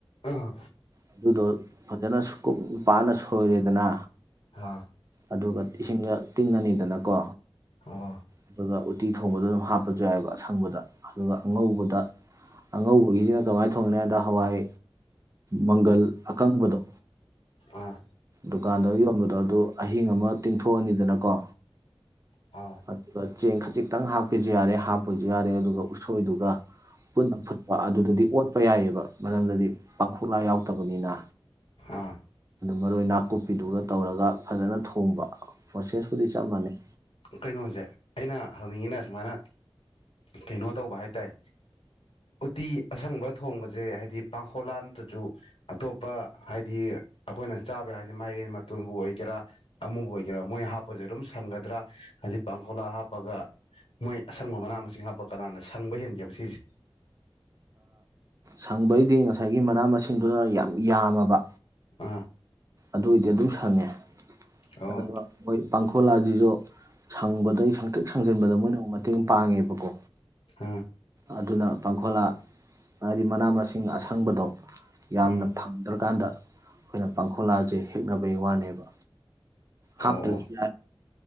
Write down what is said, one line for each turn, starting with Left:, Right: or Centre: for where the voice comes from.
Left: ꯑꯥ
Right: ꯑꯗꯨꯗꯣ ꯐꯖꯅꯀꯨꯞ ꯄꯥꯅ ꯁꯣꯏꯔꯦꯗꯅ
Left: ꯑꯥ
Right: ꯑꯗꯨꯒ ꯏꯁꯤꯡꯗ ꯇꯤꯡꯉꯅꯤꯗꯅꯀꯣ
Left: ꯑꯣ
Right: ꯑꯗꯨꯒ ꯎꯇꯤ ꯊꯣꯡꯕꯗ ꯑꯗꯨꯝ ꯍꯥꯞꯄꯁꯨ ꯌꯥꯏꯑꯕ ꯑꯁꯪꯕꯗ ꯑꯗꯨꯒ ꯑꯉꯧꯕꯗ ꯑꯉꯧꯕꯒꯤꯁꯤꯅ ꯀꯃꯥꯏꯅ ꯊꯣꯡꯒꯅꯤ ꯍꯥꯏꯕꯗ ꯍꯋꯥꯏ ꯃꯪꯒꯜ ꯑꯀꯪꯕꯗꯣ
Left: ꯑꯥ
Right: ꯗꯨꯀꯥꯟꯗ ꯌꯣꯟꯕꯗꯣ ꯑꯗꯨ ꯑꯍꯤꯡ ꯑꯃ ꯇꯤꯡꯊꯣꯛꯑꯅꯤꯗꯅꯀꯣ
Left: ꯑꯥ
Right: ꯑꯗꯨꯒ ꯆꯦꯡ ꯈꯖꯤꯛꯇꯪ ꯍꯥꯞꯄꯁꯨ ꯌꯥꯔꯦ ꯍꯥꯞꯄꯁꯨ ꯌꯥꯔꯦ ꯑꯗꯨꯒ ꯎꯁꯣꯏꯗꯨꯒ ꯄꯨꯟꯅ ꯐꯨꯠꯄ ꯑꯗꯨꯗꯗꯤ ꯑꯣꯠꯄ ꯌꯥꯏꯑꯕ ꯃꯔꯝꯗꯗꯤ ꯄꯥꯡꯈꯨꯂꯥ ꯌꯥꯎꯗꯕꯅꯤꯅ
Left: ꯑꯥ
Right: ꯃꯔꯣꯏ ꯅꯥꯀꯨꯞꯄꯤꯗꯨꯒ ꯇꯧꯔꯒ ꯐꯖꯅ ꯊꯣꯡꯕ ꯄ꯭ꯔꯣꯁꯦꯁꯄꯨꯗꯤ ꯆꯞ ꯃꯥꯟꯅꯩ
Left: ꯀꯩꯅꯣꯁꯦ ꯑꯩꯅ ꯍꯪꯅꯤꯡꯉꯤꯅ ꯁꯨꯃꯥꯏꯅ ꯀꯩꯅꯣ ꯇꯧꯕ ꯍꯥꯏ ꯇꯔꯦ ꯎꯇꯤ ꯑꯁꯪꯕ ꯊꯣꯡꯕꯁꯦ ꯍꯥꯏꯗꯤ ꯄꯥꯡꯈꯣꯂꯥ ꯅꯠꯇ꯭ꯔꯁꯨ ꯑꯇꯣꯞꯄ ꯍꯥꯏꯗꯤ ꯑꯩꯈꯣꯏꯅ ꯆꯥꯕ ꯌꯥ ꯍꯥꯏꯕꯗꯤ ꯃꯔꯦꯟ ꯃꯇꯣꯟꯕꯨ ꯑꯣꯏꯒꯦꯔꯥ ꯑꯃꯨꯕꯨ ꯑꯣꯏꯒꯦꯔꯥ ꯃꯣꯏꯅ ꯍꯥꯞꯄꯁꯦ ꯑꯗꯨꯝ ꯁꯪꯒꯗ꯭ꯔꯥ ꯍꯥꯏꯗꯤ ꯄꯥꯡꯈꯣꯂꯥ ꯍꯥꯞꯄꯒ ꯃꯣꯏ ꯑꯁꯪꯕ ꯃꯅꯥ ꯃꯁꯤꯡ ꯍꯥꯞꯄ ꯀꯅꯥꯗ ꯁꯪꯕ ꯍꯦꯟꯒꯦꯕ ꯁꯤꯁꯦ
Right: ꯁꯪꯕꯩꯗꯤ ꯉꯁꯥꯏꯒꯤ ꯃꯅꯥ ꯃꯁꯤꯡꯗꯨꯅ ꯌꯥꯝ ꯌꯥꯝꯃꯕ
Left: ꯑꯥ
Right: ꯑꯗꯨꯏꯗꯤ ꯑꯗꯨꯝ ꯁꯪꯉꯦ
Left: ꯑꯣ
Right: ꯑꯗꯨꯣꯏ ꯄꯥꯡꯈꯣꯂꯥꯁꯤꯁꯨ ꯁꯪꯕꯗꯩ ꯁꯪꯇ꯭ꯔꯤꯛ ꯁꯪꯖꯟꯕꯗ ꯃꯣꯏꯅ ꯑꯃꯨꯛ ꯃꯇꯦꯡ ꯄꯥꯡꯉꯦꯕꯀꯣ
Left: ꯑꯥ
Right: ꯑꯗꯨꯅ ꯄꯥꯡꯈꯣꯂꯥ ꯍꯥꯏꯗꯤ ꯃꯅꯥ ꯃꯁꯤꯡ ꯑꯁꯪꯕꯗꯣ ꯌꯥꯝꯅ
Left: ꯎꯝ
Right: ꯐꯪꯗ꯭ꯔꯀꯥꯟꯗ ꯑꯩꯈꯣꯏꯅ ꯄ ꯈꯣꯂꯥꯁꯦ ꯍꯦꯛꯅꯕꯩ ꯋꯥꯅꯦꯕ ꯍꯥꯞ
Left: ꯑꯣ
Right: ꯇꯁꯤ